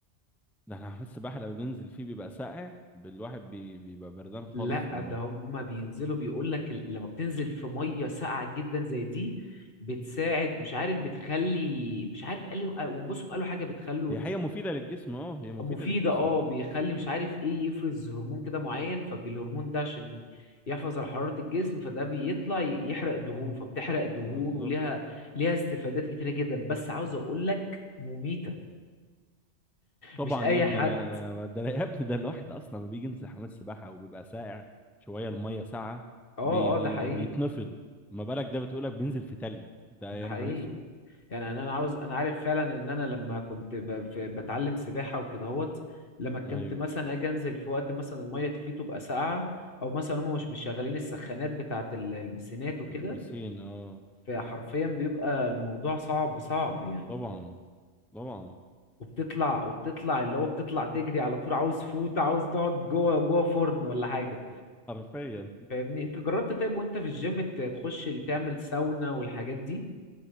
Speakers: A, in the centre; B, on the left (about 55°).
A: ده احنا حمام السباحة لما بننزل فيه بيبقى ساقع بالواحد بي... بيبقى بردان خالص
B: لا
A: في المية
B: ده هما بينزلوا بيقول لك لما بتنزل في ميه ساقعه جدا زي دي بتساعد مش عارف بتخلي مش عارف قالوا وبصوا قالوا حاجه بتخلوا
A: هي حقيقة مفيدة للجسم اه هي مفيدة
B: مفيدة
A: للجسم
B: اه بيخلي مش عارف ايه يفرز هرمون كده معين فبالهرمون ده عشان يحافظ على حرارة الجسم فده بيطلع ي- يحرق دهون فبتحرق دهون
A: بالظبط
B: وليها ليها استفادات كتيرة جدا بس عاوز اقول لك مميتة
A: طبعا
B: مش اي
A: يا ابني
B: حد
A: انا <laughs> ده أنا- يا ابني ده الواحد اصلا لما بيجي ينزل حمام السباحة وبيبقى ساقع شوية المية ساقعة
B: اه
A: بي...
B: اه
A: بي...
B: ده حقيقي
A: بيتنفض ما بالك ده بتقولك بينزل في تلج ده
B: ده
A: يا
B: حقيقي
A: نهار اسود
B: يعني انا أنا عاوز انا عارف فعلا ان انا لما كنت ب- في- بتعلم سباحة وكده هوت لما كنت
A: ايوه
B: مثلا اجي انزل في وقت مثلا المية فيه تبقى ساقعة او مثلا هم مش مش شغالين السخانات بتاعة ال- البسينات وكده
A: البسين اه
B: فحرفيا بيبقى الموضوع صعب صعب يعني
A: طبعا طبعا
B: وبتطلع وبتطلع اللي هو بتطلع تجري على طول عاوز فوت عاوز تقعد جوه جوه فرن ولا حاجة
A: حرفيا
B: فاهمني انت جربت طيب وانت في الجيم ت- تخش اللي تعمل ساونا والحاجات دي